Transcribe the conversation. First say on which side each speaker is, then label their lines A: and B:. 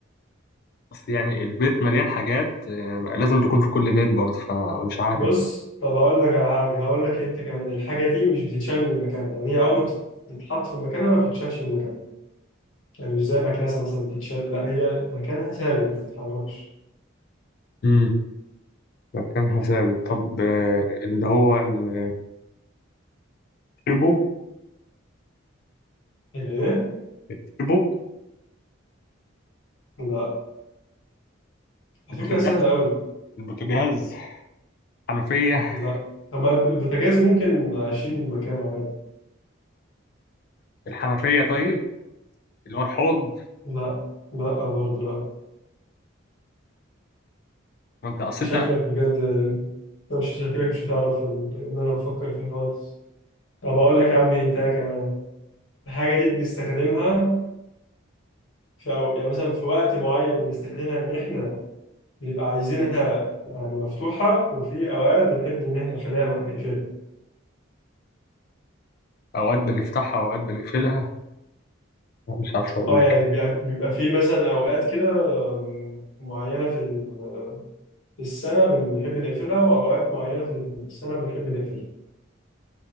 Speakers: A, on the left; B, on the left.
A: بس يعني البيت مليان حاجات آه، لازم تكون في كل بيت برضه فمش عارف
B: بص طب هقول لك على حاجه هقول لك انت كمان الحاجه دي مش بتتشال من مكانها يعني هي اول ما بتت- بتتحط في مكانها ما بتتشالش من مكانها يعني مش زي المكنسه مثلا بتتشال لا هي مكانها ثابت ما بتتحركش
A: امم مكانها ثابت طب آه، اللي هو ال- التربو
B: الايه
A: التربو
B: لا على
A: البوتاجاز
B: فكره سهله قوي
A: البوتاجاز الحنفية
B: لا طب ما البوتاجاز ممكن اشيل من مكانه عادي
A: الحنفية طيب اللي هو الحوض
B: لا لا برضه لا
A: ما انت اصل
B: انت
A: إنت
B: شكلك بجد انت مش شكلك مش هتعرف ال- اللي انا بفكر فيه خالص طب اقول لك يا عم هنتايه كمان الحاجه دي بنستخدمها في أو يعني مثلا في وقت معين بنستخدمها ان احنا بيبقى عايزينها يعني مفتوحة وفي أوقات بنحب إن إحنا نخليها نقفلها
A: اوقات بنفتحها واوقات بنقفلها مش عارف اقول
B: أه
A: لك
B: يعني بيبقى بيبقى في مثلا أوقات كده آم، معينة في ال- في السنة بنحب نقفلها وأوقات معينة في السنة بنحب نقفلها